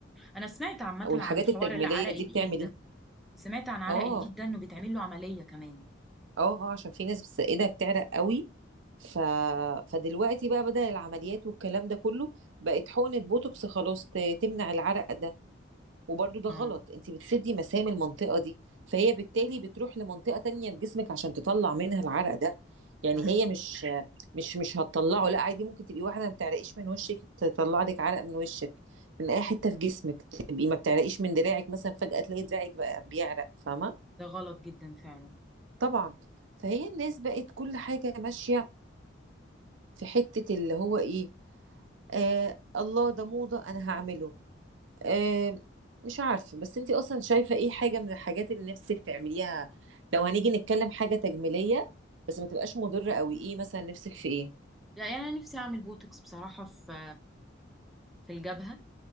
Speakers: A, in the centre; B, on the right.
A: انا سمعت عامه
B: او
A: عن
B: الحاجات
A: حوار
B: التجميليه
A: العرق
B: دي
A: الايد
B: بتعمل
A: ده
B: ايه
A: سمعت عن عرق
B: اه
A: الايد ده انه بيتعمل له عملية كمان
B: اه اه عشان في ناس بس ايدها بتعرق قوي ف... فدلوقتي بقى بدل العمليات والكلام ده كله بقت حقنه بوتوكس خلاص ت- تمنع العرق ده وبرضو ده
A: اه
B: غلط انت بتسدي مسام المنطقة دي فهي بالتالي بتروح لمنطقة تانية في جسمك عشان تطلع منها العرق ده يعني
A: صح
B: هي مش مش مش هتطلعه لا عادي ممكن تبقي واحدة ما بتعرقيش من وشك تطلع لك عرق من وشك من اي حتة في جسمك تبقي ما بتعرقيش من دراعك مثلا فجأة تلاقي دراعك بقى بيعرق فاهمة
A: ده غلط جدا فعلا
B: طبعا فهي الناس بقت كل حاجة ماشية في حتة اللي هو ايه آه الله ده موضة انا هعمله آه، مش عارفة بس انتي اصلا شايفة ايه حاجة من الحاجات اللي نفسك تعمليها لو هنيجي نتكلم حاجة تجميلية بس ما تبقاش مضرة قوي ايه مثلا نفسك في ايه
A: لا يعني انا نفسي اعمل بوتوكس بصراحة في في الجبهة